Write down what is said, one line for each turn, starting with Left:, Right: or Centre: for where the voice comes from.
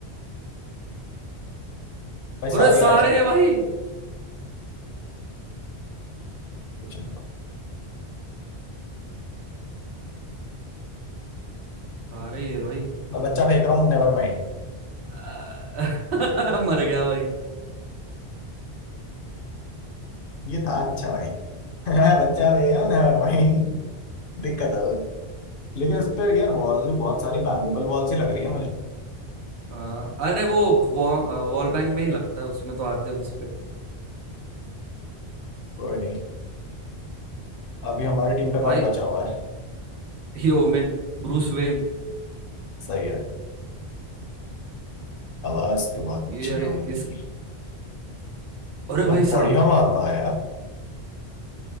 Left: भाई सारे
Right: अरे सारे
Left: आया है
Right: है भाई
Left: कुछ नहीं हुआ।
Right: सारे ही है भाई
Left: मैं बच्चा फेंक रहा हूँ नेवर माइंड
Right: आ, <laughs> मर गया भाई <laughs>
Left: ये था अच्छा भाई <laughs> मैं बच्चा फेंक रहा हूँ नेवर माइंड दिक्कत हो गई लेकिन इस पे यार वॉल्स भी बहुत सारी बैंगेबल वॉल्स ही लग रही है मुझे
Right: आ, अरे वो वॉल बैंग में ही लगता है उसमें तो आते हैं उस पे
Left: कोई नहीं अभी हमारी टीम पे
Right: भाई
Left: कौन बचा हुआ है
Right: ही ओमेन Bruce Wayne
Left: सही है आवाज तो बहुत अच्छी
Right: ये
Left: है अमन
Right: इस
Left: की
Right: अरे
Left: बहुत
Right: भाई
Left: बढ़िया
Right: साहब
Left: मार रहा है यार